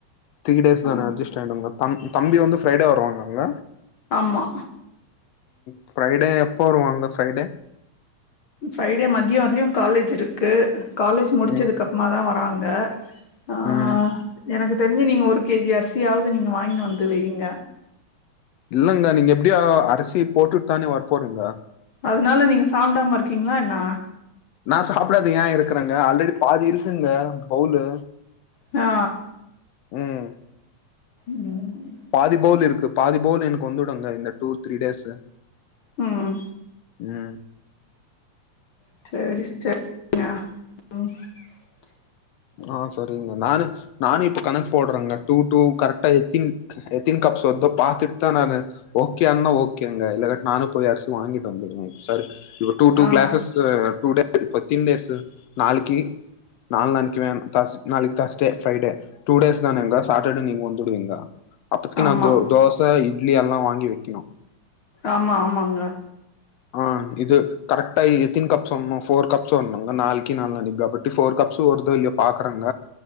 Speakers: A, on the left (about 70°); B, on the left (about 50°).
A: த்ரீ டேஸ்
B: ஆ
A: தான அட்ஜஸ்ட் ஆகிடுங்க த தம்பி வந்து ஃப்ரைடே வருவாங்கங்க
B: ஆமா
A: ஃப்ரைடே எப்போ வருவ அந்த ஃப்ரைடே
B: ஃப்ரைடே மத்யம் வரலேயு காலேஜ் இருக்கு காலேஜ் முடிச்சதுக்கு
A: ம்
B: அப்புமா தா வராங்க ஆ
A: ம்
B: எனக்கு தெரிஞ்சு நீங்க ஒரு கே ஜி அரிசியாவது நீங்க வாங்கினு வந்து வைய்ங்க
A: இல்லங்க நீங்க எப்டியோ அரிசி போட்டுட் தானே வர போறீங்க
B: அதுனால நீங்க சாப்புடாம இருக்கீங்களா என்ன
A: நா சாப்பிடாது ஏ இருக்குறேங்க ஆல்ரெடி பாதி இருக்குங்க பவுலு
B: ஆ
A: ம்
B: ம்
A: பாதிபவுல் இருக்கு பாதி பவுல் எனக்கு வந்துடுங்க இந்த டூ த்ரீ டேஸூ
B: ம்
A: ம்
B: <inaudible>
A: ஆ சரிங்க நானு நானும் இப்ப கணக்கு போடுறேங்க டூ டூ கரெக்டா எத்தின் எத்தின் கப்ஸ் வருதோ பாத்துட்டு தா நானு ஓகே அன்னா ஓகேங்க இல்லாட்டி நானு போய் அரிசி வாங்கிட்டு வந்துடுவே செரி டூ டூ
B: ஆ
A: க்ளாஸஸ் டுடே வொர்கிங் டேஸூ நாளைக்கு நாளானி நாளைக்கு தஸ்டே ப்ரைடே டூ டேஸ் தானங்க சாட்டர்டே நீங்க வந்துடுவிங்க அப்பதிக்கு
B: ஆமா
A: நா தோச இட்லி எல்லா வாங்கி வைக்கணு
B: ஆமா ஆமாங்க
A: ஆ இது கரெக்டா எத்தின கப்ஸ் வாங்கனு ஃபோர் கப்ஸ் வருனும்ங்க நாளைக்கு நாளனைக்கு ஃபோர் கப்ஸ் வருதோ இல்லயோ பாக்கறங்க